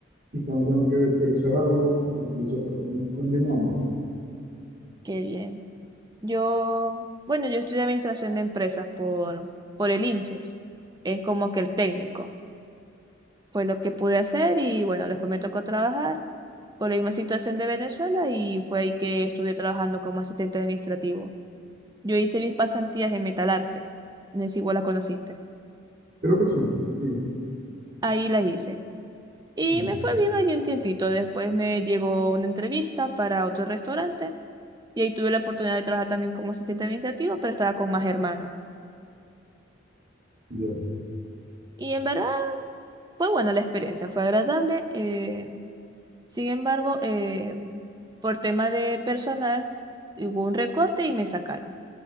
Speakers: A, on the right (about 45°); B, on the right (about 20°).
A: Y cuando tengo que vectorizar algo, utilizo Corel. Y combino ambos.
B: qué bien. Yo, bueno, yo estudié administración de empresas por, por el INSES. Es como que el técnico. Fue lo que pude hacer y bueno, después me tocó trabajar por la misma situación de Venezuela y fue ahí que estuve trabajando como asistente administrativo. Yo hice mis pasantías en Metalarte. No sé si vos las conociste.
A: Creo que sí, sí.
B: Ahí las hice. Y
A: Bien,
B: me fue bien allí un tiempito. Después me llegó una entrevista para otro restaurante. Y ahí tuve la oportunidad de trabajar también como asistente administrativo, pero estaba con más hermanos.
A: bien,
B: Y en verdad fue buena la experiencia, fue agradable. eh, sin embargo, eh, por tema de personal, hubo un recorte y me sacaron.